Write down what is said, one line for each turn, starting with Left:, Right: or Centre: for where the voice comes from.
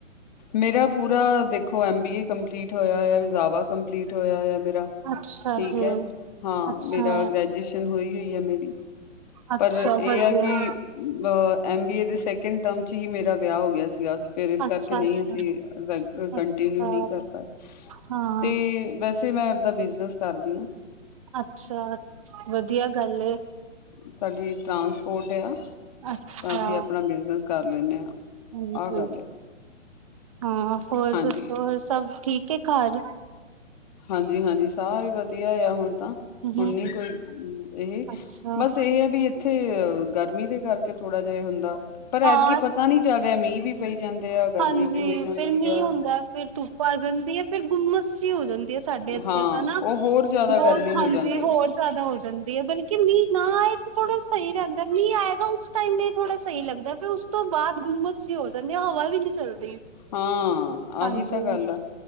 Left: ਮੇਰਾ ਪੂਰਾ ਦੇਖੋ ਐਮ ਬੀ ਏ ਕੰਪਲੀਟ ਹੋਇਆ ਹੋਇਆ। ਰਜ਼ਾਵਾ ਕੰਪਲੀਟ ਹੋਇਆ ਹੋਇਆ ਮੇਰਾ।
Right: ਅੱਛਾ
Left: ਠੀਕ
Right: ਜੀ
Left: ਹੈ ਹਾਂ
Right: ਅੱਛਾ
Left: ਮੇਰਾ ਗ੍ਰੈਜੂਏਸ਼ਨ ਹੋਈ ਹੋਈ ਹੈ ਮੇਰੀ।
Right: ਅੱਛਾ
Left: ਪਰ ਇਹ
Right: ਵਧੀਆ
Left: ਆ ਕਿ ਅ ਐਮਬੀ ਏ ਦੇ ਸੈਕਿੰਡ ਟਰਮ ਚ ਹੀ ਮੇਰਾ ਵਿਆਹ ਹੋ ਗਿਆ ਸੀ। ਜਾਂ ਫੇਰ ਇਸ
Right: ਅੱਛਾ
Left: ਕਰਕੇ ਨਹੀਂ
Right: ਅੱਛਾ
Left: ਅਸੀਂ ਰ ਕੰਟੀਨਿਊ
Right: ਅੱਛਾ
Left: ਨਹੀਂ ਕਰ ਪਾਏ।
Right: ਹਾਂ
Left: ਤੇ ਵੈਸੇ ਮੈਂ ਆਪਦਾ ਬਿਜਨਸ ਕਰਦੀ ਆ।
Right: ਅੱਛਾ ਵਧੀਆ ਗੱਲ ਏ।
Left: ਸਾਡੀ ਟਰਾਂਸਪੋਰਟ ਆ
Right: ਅੱਛਾ
Left: ਤਾਂ ਅਸੀਂ ਆਪਣਾ ਬਿਜਨਸ ਕਰ ਲੈਂਦੇ ਆ।
Right: ਹਾਂਜੀ
Left: ਆਹ ਗੱਲ
Right: ਹਾਂ ਹੋਰ
Left: ਹਾਂਜੀ
Right: ਦੱਸੋ ਹੋਰ ਸਭ ਠੀਕ ਹੈ ਘਰ।
Left: ਹਾਂਜੀ, ਹਾਂਜੀ ਸਾਰੇ ਵਧੀਆ ਆ ਹੁਣ ਤਾਂ।
Right: ਹਮ
Left: ਹੁਣ ਨੀ ਕੋਈ ਇਹ
Right: ਅੱਛਾ
Left: ਬਸ ਇਹ ਹੈ ਵੀ ਇੱਥੇ ਗਰਮੀ ਦੇ ਕਰਕੇ ਥੋੜਾ ਜਿਹਾ ਹੁੰਦਾ। ਪਰ ਐਦਕੀ
Right: ਹਾਂ
Left: ਪਤਾ ਨੀ ਚੱਲ ਰਿਹਾ ਮੀਂਹ ਵੀ ਪਈ ਜਾਂਦੇ ਆ। ਗਰਮੀ
Right: ਹਾਂਜੀ
Left: ਵੀ ਹੋਈ ਜਾਂਦੀ
Right: ਫੇਰ ਮੀਂਹ
Left: ਆ
Right: ਹੁੰਦਾ। ਫਿਰ ਧੁੱਪ ਆ ਜਾਂਦੀ ਐ। ਫਿਰ ਗੁੰਮਸ ਹੀ ਹੋ ਜਾਂਦੀ ਸਾਡੇ ਇੱਥੇ
Left: ਹਾਂ
Right: ਤਾਂ ਹਨਾ
Left: ਉਹ ਹੋਰ ਜ਼ਿਆਦਾ
Right: ਬਹੁਤ
Left: ਗਰਮੀ
Right: ਹਾਂਜੀ
Left: ਹੋ ਜਾਂਦੀ
Right: ਹੋਰ
Left: ਆ
Right: ਜ਼ਿਆਦਾ ਹੋ ਜਾਂਦੀ ਏ। ਬਲਕਿ ਮੀਂਹ ਨਾ ਤੇ ਥੋੜਾ ਸਹੀ ਰਹਿੰਦਾ। ਮੀਂਹ ਆਏਗਾ ਉਸ ਟਾਈਮ ਦੇ ਥੋੜਾ ਸਹੀ ਲੱਗਦਾ ਫਿਰ ਉਸ ਤੋਂ ਬਾਅਦ ਹੁਮਸ ਜੀ ਹੋ ਜਾਂਦੀ ਆ। ਹਵਾ ਵੀ ਨੀ ਚੱਲਦੀ।
Left: ਹਾਂ
Right: ਹਾਂਜੀ
Left: ਆਹੀ ਤਾਂ ਗੱਲ ਆ